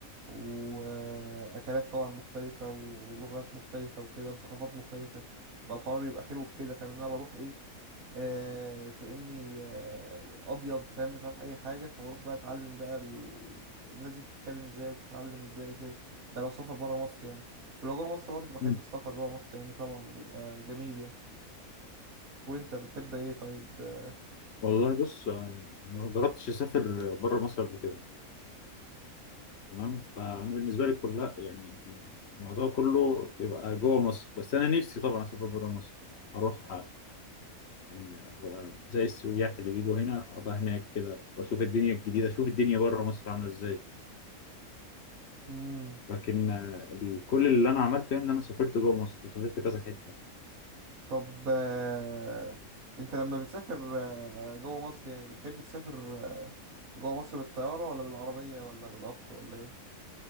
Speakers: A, on the right; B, on the left.
A: واكلات طبعا مختلفه ولغات مختلفه وكده وثقافات مختلفه فالحوار بيبقى حلو في كده فاهم ان انا بروح ايه آه كاني آه ابيض فاهم مش عارف اي حاجه فبروح بقى اتعلم بقى ال... الناس دي بتتكلم ازاي وبتتعلم ازاي وكده ده لو سفر بره مصر يعني ولو جوه مصر برضه بحب
B: مم.
A: السفر جوه مصر يعني طبعا بيبقى جميل يعني وانت بتحب ايه طيب آه،
B: والله بص آه، ما جربتش اسافر بره مصر قبل كده تمام فانا بالنسبه لي كلها يعني الموضوع كله بيبقى جوه مصر بس انا نفسي طبعا اسافر بره مصر اروح يعني أبقى زي السياح اللي بيجوا هنا ابقى هناك كده واشوف الدنيا الجديده اشوف الدنيا بره مصر عامله ازاي
A: مم.
B: لكن آه، ال- كل اللي انا عملته يعني ان انا سافرت جوه مصر وسافرت كذا حته
A: طب آه، انت لما بتسافر آه، جوه مصر يعني بتحب تسافر جوه مصر بالطيارة ولا بالعربية ولا بالقطر ولا ايه